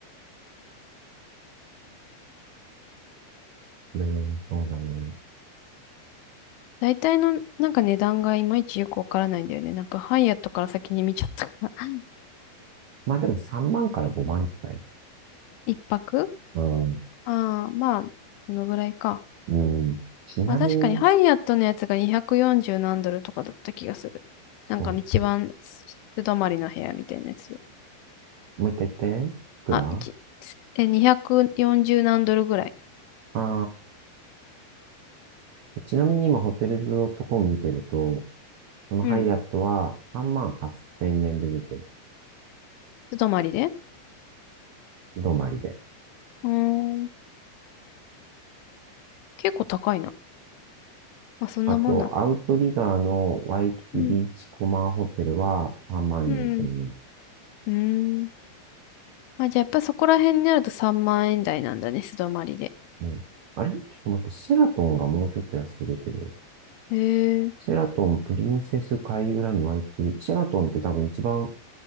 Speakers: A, on the right; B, on the left.
A: これはねそうだね。
B: 大体のなんか値段がいまいちよくわからないんだよね。なんかハイアットから先に見ちゃったから。<laughs>
A: まあでも3万から5万じゃない
B: 一泊
A: うん。
B: ああー、まあ、そのぐらいか。
A: うん。ちなみに
B: まあ確かにハイアットのやつが240何ドルとかだった気がする。
A: そう。
B: なんか一番素泊まりの部屋みたいなやつで。
A: もう一回言って。いくらあ
B: あ、1、え、240何ドルぐらい。
A: あー、ちなみに今ホテルズドットコム見てると、そのハイアットは3万8000円で出てる。
B: うん。素泊まりで。
A: 泊まりで。
B: うーん。結構高いな。まあそんなもんなのか。
A: あと、アウトリガーのワイキキビーチコマンホテルは3万4000円。
B: うん。うん。うーん。まあじゃあやっぱそこら辺になると3万円台なんだね、素泊まりで。
A: うん。あれちょっと待って、シェラトンがもうちょっと安く出てるよ。
B: へえ。
A: シェラトン、プリンセス海浦にワイキキビーチ。シェラトンって多分一番